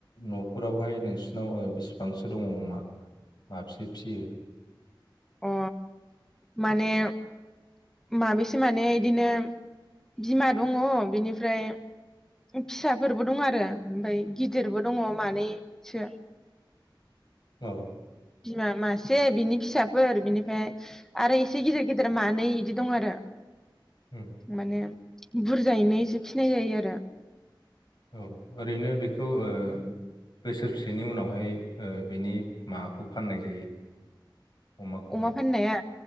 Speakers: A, on the left (about 60°); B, in the centre.
A: न'फोरावहाय नोंसिनाव बिसिबांसो दङ अमा माबसे फियो
B: अ माने माबेसो माने बिदिनो बिमा दङ बिनिफ्राय फिसाफोरबो दं आरो ओमफ्राय गिदिरबो दङ मानैसो
A: औ
B: बिमा मासे बिनि फिसाफोर बिनिफ्राय आरो इसे गिदिर गिदिर मानै बिदि दं आरो
A: उम
B: माने बुरजायैनो एसे फिसिनाय जायो आरो
A: औ ओरैनो बेखौ ओ बोसोर बेसेनि उनावहाय ओ बिनि माबाखौ फाननाय जायो अमाखौहाय
B: अमा फाननाया